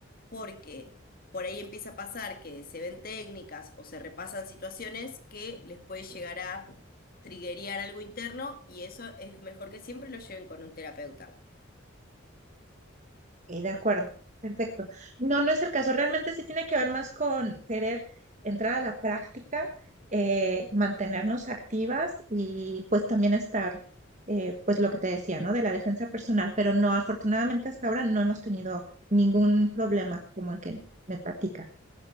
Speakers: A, on the left (about 45°); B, on the right (about 35°).
A: Porque por ahí empieza a pasar que se ven técnicas o se repasan situaciones que les puede llegar a triguear algo interno y eso es mejor que siempre lo lleven con un terapeuta.
B: Y de acuerdo, perfecto. No, no es el caso. Realmente sí tiene que ver más con querer entrar a la práctica, eh, mantenernos activas y pues también estar, eh, pues lo que te decía, ¿no? De la defensa personal. Pero no, afortunadamente hasta ahora no hemos tenido ningún problema como el que me platicas.